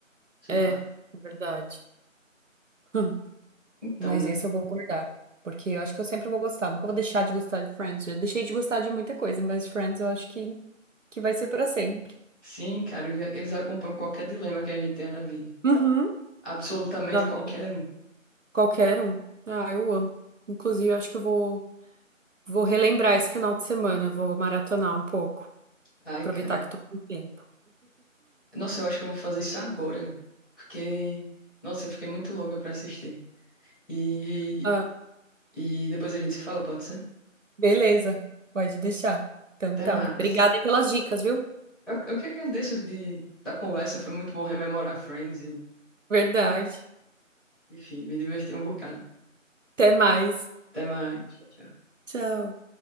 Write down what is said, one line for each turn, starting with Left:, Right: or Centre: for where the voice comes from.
Centre: sei
Right: é,
Centre: lá.
Right: verdade. <laughs>
Centre: Então,
Right: Mas
Centre: né?
Right: esse eu vou guardar, porque eu acho que eu sempre vou gostar, nunca vou deixar de gostar de Friends. Já deixei de gostar de muita coisa, mas Friends eu acho que que vai ser pra sempre.
Centre: Sim, cara, ele- eles acompanham qualquer dilema que a gente tenha na vida.
Right: Uhum,
Centre: Absolutamente
Right: na vida.
Centre: qualquer um.
Right: Qualquer um. Ah, eu amo. Inclusive, eu acho que eu vou vou relembrar esse final de semana, vou maratonar um pouco,
Centre: Ai,
Right: aproveitar
Centre: cara.
Right: que tô com tempo.
Centre: Nossa, eu acho que eu vou fazer isso agora, porque, nossa, eu fiquei muito louca pra assistir. E,
Right: Ah,
Centre: e depois a gente se fala, pode ser?
Right: Beleza, pode deixar. Então
Centre: Até
Right: tá.
Centre: mais.
Right: Obrigada aí pelas dicas, viu?
Centre: Eu, eu que agradeço de, da conversa, foi muito bom rememorar Friends. E,
Right: Verdade.
Centre: enfim, me diverti um bocado.
Right: Até mais.
Centre: Até mais. Tchau, tchau.
Right: Tchau.